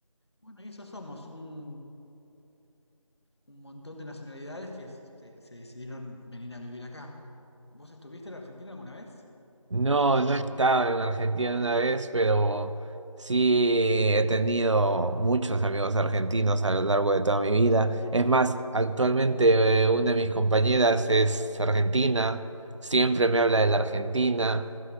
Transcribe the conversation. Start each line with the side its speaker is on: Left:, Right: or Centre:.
Left: bueno, y eso somos, un, un montón de nacionalidades que se, se decidieron venir a vivir acá. ¿Vos estuviste en Argentina alguna vez?
Right: No, no he estado en Argentina una vez, pero sí he tenido muchos amigos argentinos a lo largo de toda mi vida. Es más, actualmente eh, una de mis compañeras es argentina, siempre me habla de la Argentina,